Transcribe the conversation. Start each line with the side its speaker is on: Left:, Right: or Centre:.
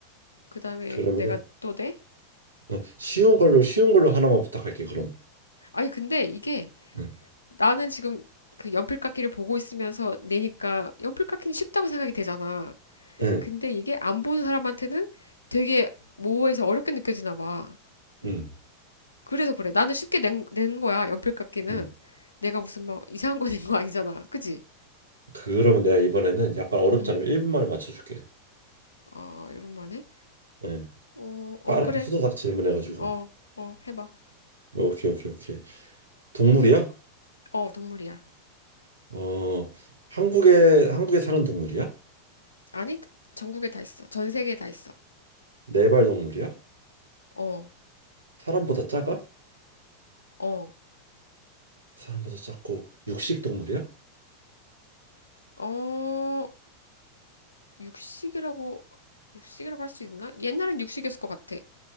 Left: 그다음에
Right: 그러면은
Left: 내가 또 내?
Right: 어, 쉬운 걸로 쉬운 걸로 하나만 부탁할게. 그럼.
Left: 아니 근데 이게
Right: 응,
Left: 나는 지금 그 연필깎이를 보고 있으면서 내니까 연필깎이는 쉽다고 생각이 되잖아.
Right: 응,
Left: 근데 이게 안 보는 사람한테는 되게 모호해서 어렵게 느껴지나 봐.
Right: 응.
Left: 그래서 그래. 나는 쉽게 낸, 낸 거야. 연필 깎이는
Right: 응.
Left: 내가 무슨 막 이상한 거 낸거 아니잖아. 그지?
Right: 그러면 내가 이번에는 약간 어렵지
Left: 응.
Right: 않으면 1분 만에 맞춰줄게.
Left: 아, 일분 만에?
Right: 응.
Left: 어, 어,
Right: 빠르게
Left: 그래.
Right: 후다닥 질문해가지고.
Left: 어, 어, 해봐.
Right: 오케이, 오케이, 오케이. 동물이야?
Left: 어, 동물이야.
Right: 어, 한국에 한국에 사는 동물이야?
Left: 아니, 전국에 다 있어. 전 세계에 다 있어.
Right: 네발 동물이야?
Left: 어,
Right: 사람보다 작아?
Left: 어,
Right: 사람보다 작고 육식 동물이야?
Left: 어, 육식이라고, 육식이라고 할 수 있나? 옛날엔 육식이었을 것 같아.